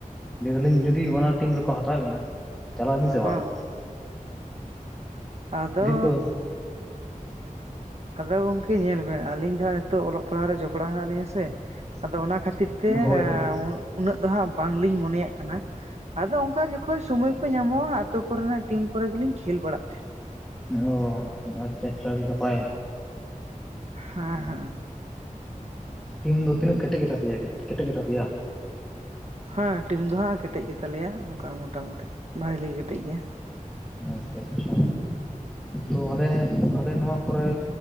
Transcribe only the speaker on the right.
ᱦᱚᱸ
ᱟᱫᱚᱻ
ᱟᱫᱚ ᱜᱚᱝᱠᱮ ᱧᱮᱞ ᱵᱮᱱ ᱟᱹᱞᱤᱧ ᱫᱚ ᱦᱟᱸᱜ ᱱᱤᱛᱳᱜ ᱚᱞᱚᱜ ᱯᱟᱲᱦᱟᱜ ᱨᱮ ᱡᱚᱯᱲᱟᱣ ᱦᱮᱱᱟᱜ ᱞᱤᱧᱟᱹ ᱥᱮ᱾ ᱟᱫᱚ ᱚᱱᱟ ᱠᱷᱟᱹᱛᱤᱨ ᱛᱮ
ᱮᱸᱻ
ᱩᱱᱟᱹᱜ ᱫᱚ ᱦᱟᱸᱜ ᱵᱟᱝᱞᱤᱧ ᱢᱚᱱᱮᱭᱟᱜ ᱠᱟᱱᱟ᱾ ᱟᱫᱚ ᱚᱝᱠᱟ ᱡᱚᱠᱷᱚᱡ ᱥᱚᱢᱚᱭ ᱠᱚ ᱧᱟᱢᱚᱜ-ᱟ ᱟᱹᱛᱳ ᱠᱚᱨᱮᱱᱟᱜ ᱴᱤᱢ ᱠᱚᱨᱮ ᱜᱮᱞᱤᱧ ᱠᱷᱮᱹᱞ ᱵᱟᱲᱟᱜ ᱛᱟᱸᱦᱮᱱ ᱜᱮᱭᱟ᱾
ᱦᱮᱸ
ᱦᱮᱸ
ᱦᱮᱸ ᱴᱤᱢ ᱫᱚ ᱦᱟᱸᱜ ᱠᱮᱴᱮᱡ ᱜᱮᱛᱟᱞᱮᱭᱟ ᱚᱱᱠᱟ ᱢᱚᱴᱟ ᱢᱩᱴᱤ ᱵᱷᱟᱞᱤ ᱠᱮᱴᱮᱡ ᱜᱮᱭᱟ᱾